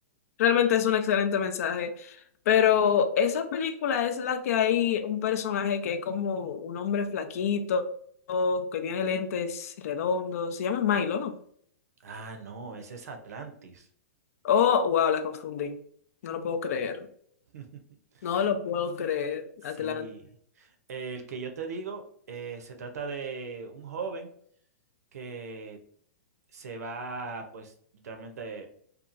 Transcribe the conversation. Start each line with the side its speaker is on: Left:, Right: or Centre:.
Left: Realmente es un excelente mensaje. Pero esa película es la que hay un personaje que es como un hombre flaquito, que tiene lentes redondos. Se llama Milo, ¿no?
Right: Ah, no, ese es Atlantis.
Left: Oh, wow, la confundí. No lo puedo creer.
Right: <laughs>
Left: No lo puedo creer,
Right: Sí,
Left: Atlanta.
Right: el que yo te digo eh, se trata de un joven que se va, pues, literalmente